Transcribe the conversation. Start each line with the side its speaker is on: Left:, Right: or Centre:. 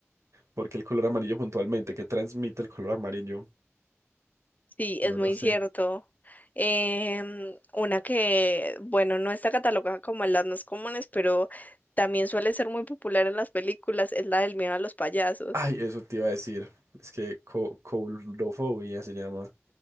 Right: porque el color amarillo puntualmente, ¿qué transmite el color amarillo?
Left: Sí,
Right: No
Left: es muy
Right: lo sé.
Left: cierto. Em, una que, bueno, no está catalogada como en las más comunes, pero también suele ser muy popular en las películas, es la del miedo a los payasos.
Right: Ay, eso te iba a decir. Es que co coulrofobia se llama.